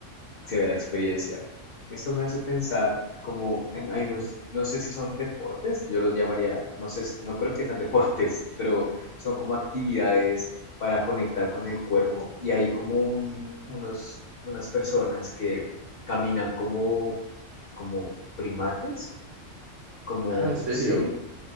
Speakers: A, on the left; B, on the right.
A: severa experiencia. Esto me hace pensar como en- hay unos, no sé si son deportes, yo los llamaría, no sé, no creo que sean deportes, pero son como actividades para conectar con el cuerpo y hay como un- unos, unas personas que caminan como, como primates, como,
B: Ah, ¿en serio?
A: sí,